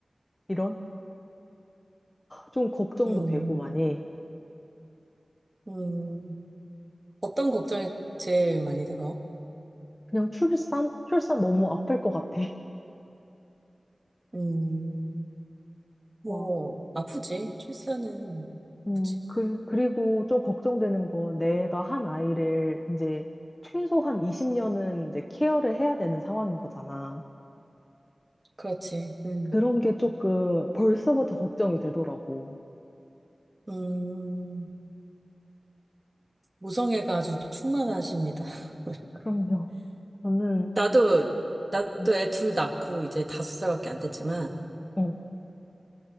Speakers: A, on the left; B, on the right.
A: 이런? 좀 걱정도
B: 음,
A: 되고 많이.
B: 음. 어떤 걱정이 제일 많이 들어?
A: 그냥 출산? 출산 너무 아플 것 같아.
B: 음, 뭐,
A: <laughs>
B: 아프지. 출산은 뭐,
A: 음,
B: 아프지.
A: 그, 그리고 좀 걱정되는 거, 내가 한 아이를 이제 최소한 20년은 이제 케어를 해야 되는 상황인 거잖아.
B: 그렇지. 음,
A: 그런 게 조금 벌써부터 걱정이 되더라고.
B: 음. 모성애가 아주 충만하십니다. <laughs>
A: 그럼요. 나는,
B: 나도, 나도
A: 어,
B: 애 둘 낳고 이제 다섯 살밖에 안 됐지만
A: 어,